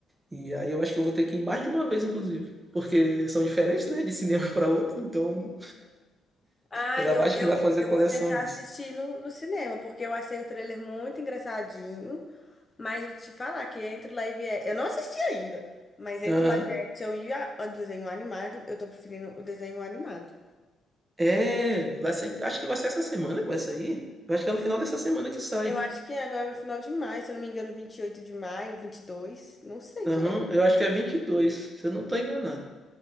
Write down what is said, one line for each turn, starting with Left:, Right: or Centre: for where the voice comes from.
Right: E aí eu acho que eu vou ter que ir mais de uma vez, inclusive. Porque são diferentes, né? De cinema <laughs> para outro. Então,
Left: Ah,
Right: ela
Left: eu,
Right: vai- acho
Left: eu,
Right: que vai fazer
Left: eu
Right: coleção
Left: vou tentar
Right: disso.
Left: assistir no, no cinema, porque eu achei o trailer muito engraçadinho. Mas eu te falar que entre o live action. Eu não assisti ainda, mas entre
Right: Aham.
Left: o live action e a- o desenho animado, eu tô preferindo o desenho animado.
Right: É, vai ser, acho que vai ser essa semana que vai sair. Eu acho que é no final dessa semana que sai.
Left: Eu acho que é agora no final de maio, se eu não me engano, 28 de maio, 22, não sei
Right: Aham,
Left: direito.
Right: eu acho que é 22, se eu não tô enganado.